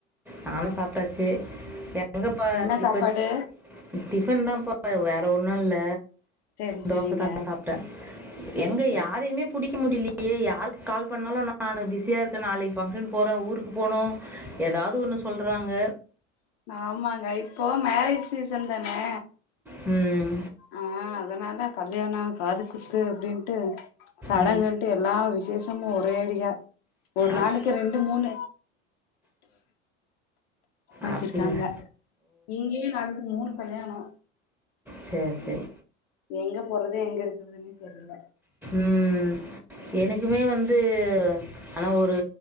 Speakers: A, in the centre; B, on the left (about 55°).
A: நானு சாப்ட்டாச்சு எங்கப்பா
B: என்ன
A: இப்ப
B: சாப்பாடு
A: டிஃபன் தான்ப்பா வேற ஒண்ணு இல்ல
B: செரி செரிங்க
A: தோசதா சாப்ட்டே
B: சரி
A: எங்க
B: சரி
A: யாரையுமே புடிக்க முடிலி யே யாருக்கு கால் பண்ணாலு நானு நா பிஸியா இருக்கே நாளைக்கு ஃபங்க்ஷன் போறே ஊருக்கு போனு ஏதாவ் து ஒண்ணு சொல்றாங்க
B: ஆமாங்க இப்போ மேரேஜ்ஜி சீசன் தானே
A: ம்
B: ஆ அதனால கல்யாண காது குத்து அப்டின்ட்டு சடங்குன்
A: ம்
B: ட்டு எல்லா விசேஷமு ஒரேடியா ஒரு
A: அப்
B: நாளைக்கி ரெண்டு மூணு வச்சிருக்காங்க
A: அப்படிங்களா
B: இங்கேயே நாளைக்கி மூணு கல்யானோ
A: செரி செரி
B: எங்க போறது எங்க இருக்குறதுன்னே தெரில
A: ம் எனக்குமே வந்து ஆனா ஒரு